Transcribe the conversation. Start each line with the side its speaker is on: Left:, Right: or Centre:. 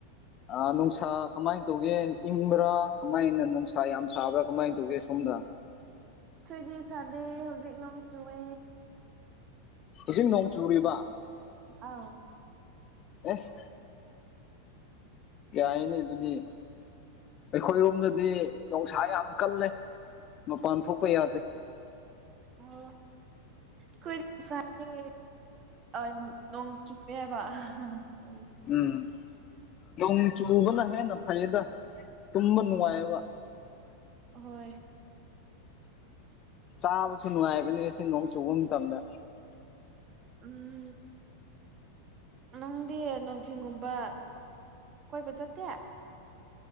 Left: ꯑ ꯅꯨꯡꯁꯥ ꯀꯃꯥꯏꯅ ꯇꯧꯒꯦ ꯏꯪꯕ꯭ꯔꯥ ꯀꯃꯥꯏꯅ ꯅꯨꯡꯁꯥ ꯌꯥꯝ ꯁꯥꯕ꯭ꯔꯥ ꯀꯃꯥꯏꯅ ꯇꯧꯒꯦ ꯁꯣꯝꯗ
Right: ꯈꯣꯏꯗꯤ ꯁꯥꯗꯦ ꯍꯧꯖꯤꯛ ꯅꯣꯡ ꯆꯨꯋꯦ
Left: ꯍꯧꯖꯤꯛ ꯅꯣꯡ ꯆꯨꯔꯤꯕ
Right: ꯑꯥꯎ
Left: <inaudible> ꯌꯥꯏꯅꯤ ꯑꯗꯨꯨꯗꯤ ꯑꯩꯈꯣꯏꯔꯣꯝꯗꯗꯤ ꯅꯨꯡꯁꯥ ꯌꯥꯝ ꯀꯜꯂꯦ ꯃꯄꯥꯟ ꯊꯣꯛꯄ ꯌꯥꯗꯦ
Right: ꯑꯣ ꯈꯣꯏꯗꯤ ꯁꯥꯗꯦ ꯌꯥꯝ ꯅꯣꯡ ꯆꯨ ꯄꯦꯕ ꯁꯣꯔꯤ
Left: ꯎꯝ ꯅꯣꯡ ꯆꯨꯕꯅ ꯍꯦꯟꯅ ꯐꯩꯌꯦꯗ ꯇꯨꯝꯕ ꯅꯨꯡꯉꯥꯏꯑꯕ
Right: ꯍꯣꯏ
Left: ꯆꯥꯕꯁꯨ ꯅꯨꯡꯉꯥꯏꯕꯅꯦ ꯁꯤ ꯅꯣꯡ ꯆꯨꯕ ꯃꯇꯝꯗ
Right: ꯎꯝ ꯅꯨꯡꯗꯤ ꯅꯨꯡꯊꯤꯟꯒꯨꯝꯕ ꯀꯣꯏꯕ ꯆꯠꯇꯦ